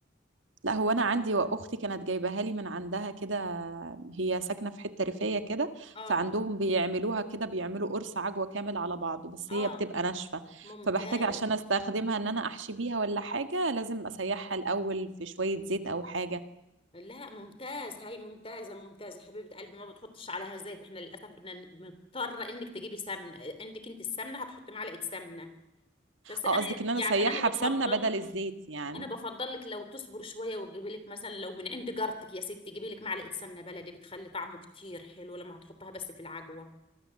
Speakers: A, on the right; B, on the left.
A: لا هو انا عندي واختي كانت جايباها لي من عندها كده هي ساكنة في حتة ريفية كده
B: اه
A: فعندهم بيعملوها كده بيعملوا قرص عجوة كامل على بعضه بس هي
B: اه
A: بتبقى ناشفة
B: ممتاز
A: فبحتاج عشان استخدمها ان انا احشي بيها ولا حاجة لازم اسيحها الاول في شوية زيت او حاجة
B: لا ممتاز هاي ممتازة ممتازة حبيبة قلبي ما بتحطش عليها زيت احنا للأسف بدنا ن- مضطرة انك تجيبي سمنة عندك انت السمنة هتحطي معلقة سمنة بس انا
A: اه قصدك ان
B: يعني
A: انا اسيحها
B: انا بفضل
A: بسمنة بدل
B: لك
A: الزيت يعني
B: انا بفضل لك لو تصبر شوية وتجيبي لك مثلا لو من عند جارتك يا ستي جيبي لك معلقة سمنة بلدي بتخلي طعمه كتير حلو لما هتحطها بس في العجوة